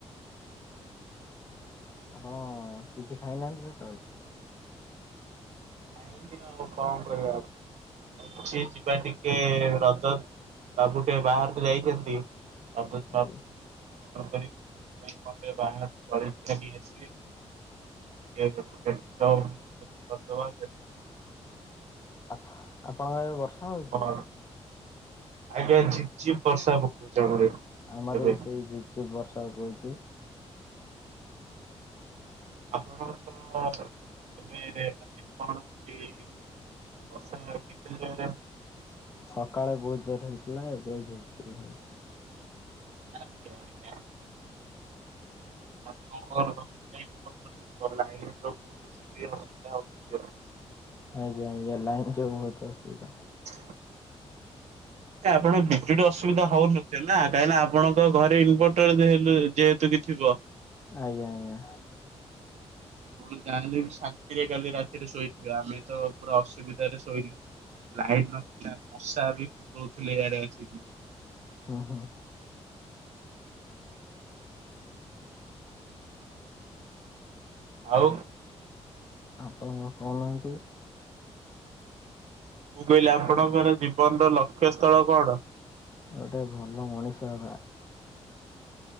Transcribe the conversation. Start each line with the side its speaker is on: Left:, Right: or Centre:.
Left: ଆପଣ କିଛି ଖାଇନାହାନ୍ତି ସକାଳୁ?
Right: ଖାଇନି ଆଉ କଣ କରିବା ଆଉ। ଅଛି ଯିବା ଟିକେ ରଜତ ବାବୁ ଟିକେ ବାହାରକୁ ଯାଇଛନ୍ତି। <unintelligible> କଣ
Left: ଆଜ୍ଞା
Right: କରିବି <unintelligible> ଆସିଲି। <unintelligible>
Left: ଆ-ଆପଣଙ୍କ ଆଡ଼େ ବର୍ଷା
Right: କରିଦବା
Left: ହଉଚି।
Right: ଆଜ୍ଞା ଝିପଝିପ ବର୍ଷା ପକୋଉଚି ଆମର ଏଠି
Left: ଆମର
Right: ଏବେ।
Left: ବି ସେଇ ଝିପ୍ ଝିପ୍ ବର୍ଷା ପକଉଛି।
Right: ଆପଣଙ୍କ ଏବେ <unintelligible> କୌଣସି ବସା କେତ ଜୋରେ?
Left: ସକାଳେ ବହୁତ ଜୋର ହେଇଥିଲା ଏବେ ଝିପ୍ ଝିପ୍ ହେଉଛି।
Right: <unintelligible> <inaudible>
Left: ଆଜ୍ଞ ଆଜ୍ଞା ଲାଇନ ଯୋଗୁଁ ବହୁତ ଅସୁବିଧା।
Right: <inaudible> ଆପଣ ବିଜୁଳି ଅସୁବିଧା ହଉନଥିବ ନା କାହିଁକି ନା ଆପଣଙ୍କ ଘରେ ଇନଭର୍ଟର ଯେହେତୁ ଯେହେତୁ ଥିବ।
Left: ଆଜ୍ଞା ଆଜ୍ଞା।
Right: ଆପଣ ଜାଣିଲେ ଶାନ୍ତିରେ କାଲି ରାତିରେ ଶୋଇଥିବା ଆମେ ତ ପୁରା ଅସୁ ଅସୁବିଧାରେ ଶୋଇଲୁ ଲାଇଟ ନଥିଲା ମଶା ବି ଫୁଟଉଥିଲେ ଇଆଡେ ଆସିକି।
Left: ହଁ ହଁ।
Right: ଆଉ
Left: ଆପଣ କଣ କହୁନାହାନ୍ତି।
Right: ମୁଁ କହିଲି ଆପଣଙ୍କର ଜୀବନର ଲକ୍ଷ୍ୟସ୍ଥଳ କଣ?
Left: ଗୋଟେ ଭଲ ମଣିଷ ହେବା।